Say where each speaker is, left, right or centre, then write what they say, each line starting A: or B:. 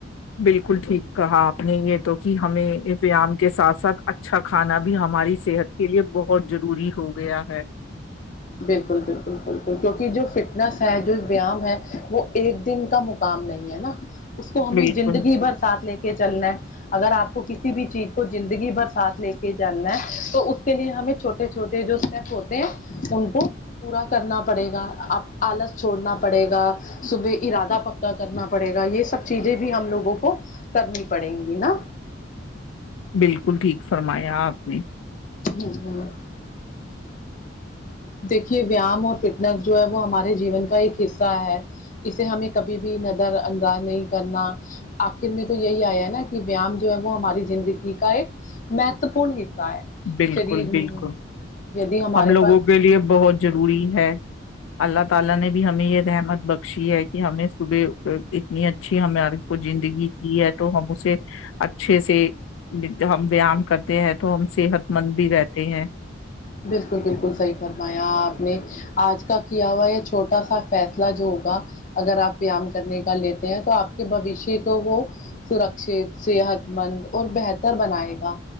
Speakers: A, on the left; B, on the left.
A: بالکل ٹھیک کہا آپ نے یہ تو کہ ہمیں ویایام کے ساتھ ساتھ اچھا کھانا بھی ہماری صحت کے لیے بہت بہت ضروری ہو گیا ہے
B: بالکل بالکل بالکل کیونکہ جو فٹنس ہے جو ویام ہے وہ ایک دن کا مقام نہیں ہے نا اس کو ہمیں
A: بالکل
B: زندگی بھر ساتھ لے کے چلنا ہے اگر آپ کو کسی بھی چیز کو زندگی بھر ساتھ لے کے چلنا ہے تو اس کے لیے ہمیں چھوٹے چھوٹے جو اسٹیپ ہوتے ہیں ان کو پورا کرنا پڑے گاب آلس چھوڑنا پڑے گا صبح ارادہ پکا کرنا پڑے گا یہ سب چیزیں بھی ہم لگوں کو کو کرنی پڑیں گی نا
A: بالکل ٹھیک فرمایا آپ نے
B: ہ ہ دیکھیے ویام اور فٹنس جو ہے وہ ہمارے جیون کا ایک حصہ ہے اسے ہمیں کبھی بھی نظر انداز نہیں کرنا آخر میں تو یہی آیا نا کہ ویام جو ہے وہ ہماری زندگی کا ایک مہتوپورن حصہ
A: بالکل
B: شریر
A: بالکل
B: دی ہمارے
A: ہم لوگوں
B: پاس
A: کے لیے بہت ضروری ہے اللہ تعا لا نے بھی ہمیں یہ رحمت بکشی یہ ہے کہ ہمیں صبح اتنی اچھی ہمیں کو زندگی کی ہے تو ہم اسے اچھے سے ہم وم کرتے ہیں تو ہم صحت مند بھی رہتے ہیں
B: بالکل بالکل صحیح فرمایا آپ نے آج کا کیا ہوا یہ چھوٹا سا فیصلہ جو ہوگا اگر آپ ویام کرنے کا لیتے ہیں تو آپ کے بوشیہ کو وہ سرکشت صحت مند اور بہتر بنائے گا